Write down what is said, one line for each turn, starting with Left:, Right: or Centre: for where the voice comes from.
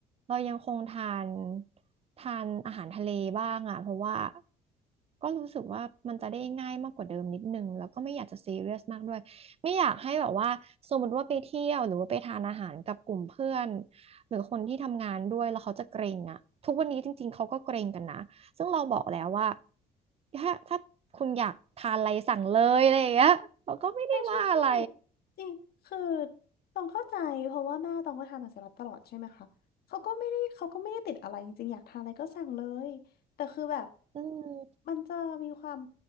Right: เรายังคงทานทานอาหารทะเลบ้างอ่ะเพราะว่าก็รู้สึกว่ามันจะได้ง่ายมากกว่าเดิมนิดนึงแล้วก็ไม่อยากจะซีเรียสมากด้วยไม่อยากให้แบบว่าสมมติว่าไปเที่ยวหรือว่าไปทานอาหารกับกลุ่มเพื่อนหรือคนที่ทำงานด้วยแล้วเขาจะเกรงอ่ะทุกวันนี้จริงๆเขาก็เกรงกันนะซึ่งเราบอกแล้วว่าถ้าถ้าคุณอยากทานอะไรสั่งเลยอะไรอย่างเงี้ยเราก็ไม่ได้ว่าอะไร
Left: ใช่ใช่ใช่จริงคือตองเข้าใจเพราะว่าแม่ตองก็ทำอาหารเสร็จตลอดใช่ไหมคะเขาก็ไม่ได้เขาก็ไม่ได้ติดอะไรจริงๆอยากทานอะไรก็สั่งเลยแต่คือแบบ
Right: อืม
Left: มันจะมีความ